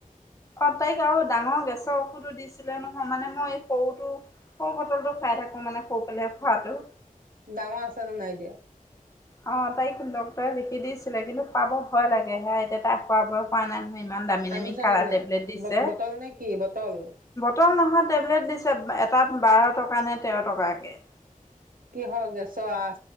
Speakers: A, on the left; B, on the right.
A: অ তাইক আৰু ডাঙৰ গেছৰ ঔষুধো দিছিলে নহয় মানে মই এই সৰুতো সৰু লটো খাই থাকো মানে স পেলাই। ভাটৌ
B: ডাঙৰ আছে নে নাই এতিয়া।
A: অ', তাইক লগ ই লিখি দিছিলে কিন্তু খোৱাব ভয় লাগে, সেয়াই এতিয়া তাৰ খোৱাৰ বয়স হোৱা নাই নহয়। ইমান দামী দামী
B: আনিছনে
A: কাৰা
B: নাই
A: টেবলেট দিছে।
B: ব বটল নে কি বটল?
A: বটল নহয় টেবলেট দিছে, এটাত বাৰ টকা নে তেৰ টকাকে
B: কিহৰ গেছৰ আ